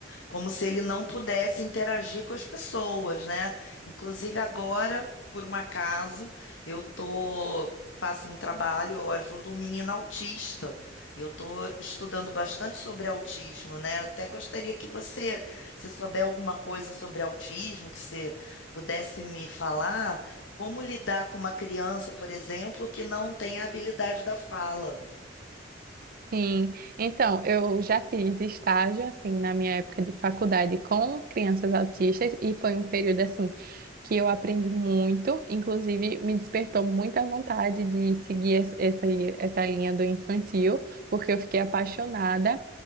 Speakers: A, on the left; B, on the right.
A: como se ele não pudesse interagir com as pessoas, né? Inclusive agora, por um acaso, eu tô faço um trabalho, eu ajudo um menino autista. E eu tô estudando bastante sobre autismo, né? Eu até gostaria que você, se souber alguma coisa sobre autismo, que você pudesse me falar, como lidar com uma criança, por exemplo, que não tem a habilidade da fala.
B: Sim, então, eu já fiz estágio, assim, na minha época de faculdade com crianças autistas e foi um período, assim, que eu aprendi muito, inclusive me despertou muita vontade de seguir es- essa, essa linha do infantil, porque eu fiquei apaixonada.